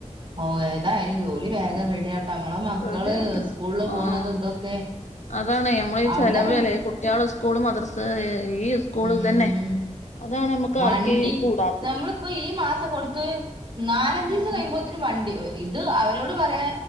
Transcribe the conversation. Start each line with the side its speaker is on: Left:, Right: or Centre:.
Right: ഓ ഏതായാലും ജോലി വേഗം
Left: ആഹ്
Right: റെഡിയ ആട്ട നമ്മളെ മക്കള്
Left: റെഡി ആവട്ടെ
Right: സ്കൂളില് പോണത
Left: ആഹ്
Right: ഇതൊക്കെ
Left: അതാണ് നമ്മളീ
Right: അവിടെള്ള
Left: ചലവ് അല്ലേ കുട്ടികള സ്കൂള് മദർസ ഈ സ്കൂള്
Right: ഉം
Left: തന്നെ അതാണ് നമ്മുക്ക്
Right: വണ്ടി
Left: ആക്കി കൂടാത്തത്
Right: നമ്മളിപ്പോ ഈ മാസം കൊടുത്ത് നാലഞ്ച ദിവസം
Left: ഉം
Right: കഴിയുമ്പോത്തനന് വണ്ടി ഇത് അവരോട് പറയാ